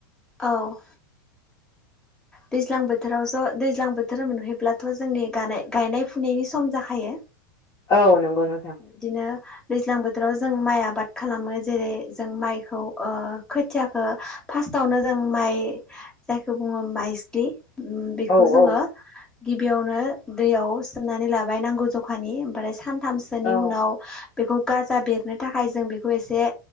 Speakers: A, in the centre; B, on the left (about 25°).
A: औ दैज्लां बोथोराव ज' दैज्लां बोथोर मोनहैब्लाथ' जोंनि गानाय- गायनाय फुनायनि सम जाखायो
B: औ नंगौ नोंथां
A: बिदिनो दैज्लां बोथोराव जों माइ आबाद खालामो जेरै जों माइखौ ओ खोथियाखो फार्स्टआवनो जों माइ जायखौ बुङो माइजिलि ओम बेखौ
B: औ
A: जोङो
B: औ
A: गिबियावनो दैयाव सोमनानै लाबाय नांगौ जखानि ओमफ्राय सानथाम सोनि
B: औ
A: उनाव बेखौ गाजा बेरनो थाखाय जों बेखौ एसे